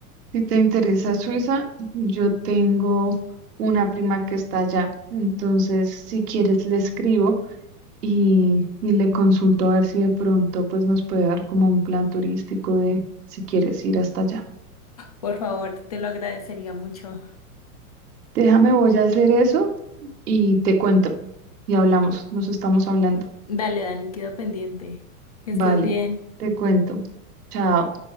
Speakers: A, on the right; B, on the left.
A: si te interesa Suiza, yo tengo una prima que está allá. Entonces, si quieres, le escribo y, y le consulto a ver si de pronto pues nos puede dar como un plan turístico de si quieres ir hasta allá.
B: Por favor, te lo agradecería mucho.
A: Déjame, voy a hacer eso y te cuento. Y hablamos, nos estamos hablando.
B: Dale, Dani, quedo pendiente. Que estés
A: Vale,
B: bien.
A: te cuento. Chao.